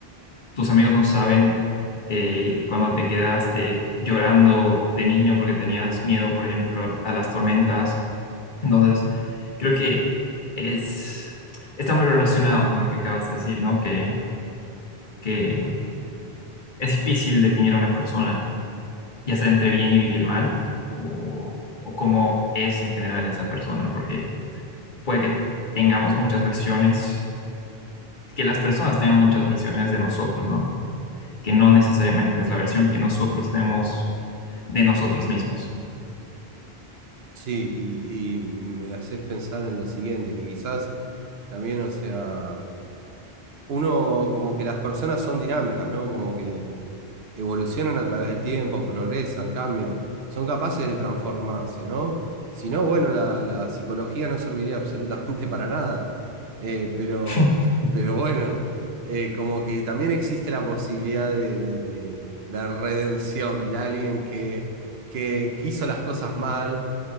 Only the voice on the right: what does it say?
<laughs> sí, y, y me haces pensar en lo siguiente, que quizás también, o sea, uno como que las personas son dinámicas, ¿no? Como que evolucionan a través del tiempo, progresan, cambian, son capaces de transformarse, ¿no? Si no, bueno, la, la psicología no serviría absolutamente <laughs> para nada. Eh, pero,
pero bueno, eh, como que también existe la posibilidad de, de- de- de redención de alguien que, que, que hizo las cosas mal